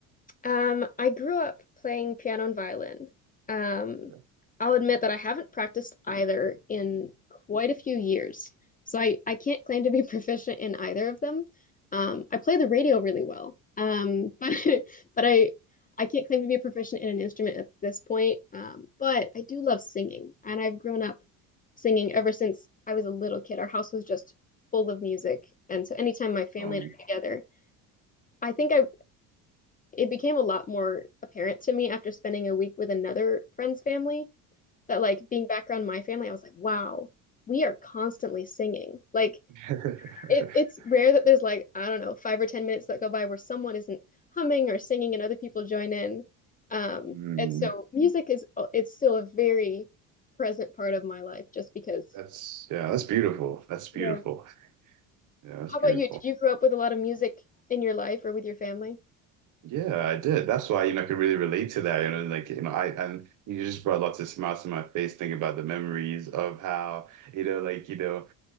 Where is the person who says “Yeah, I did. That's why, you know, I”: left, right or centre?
Right